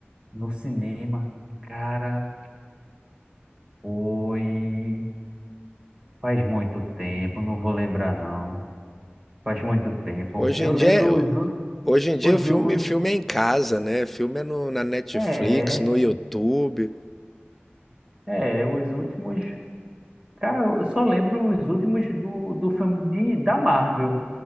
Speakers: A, on the right; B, in the centre.
A: no cinema. Cara, foi. Faz muito tempo, não vou lembrar não. Faz muito tempo.
B: Hoje
A: Eu
B: em
A: lembro
B: dia, é,
A: os, u-
B: hoje em dia
A: os,
B: o filme,
A: os,
B: filme é em casa, né? Filme é no, na Netflix,
A: é,
B: no YouTube.
A: é, os últimos. Cara, eu só lembro os últimos do, do filme de, da Marvel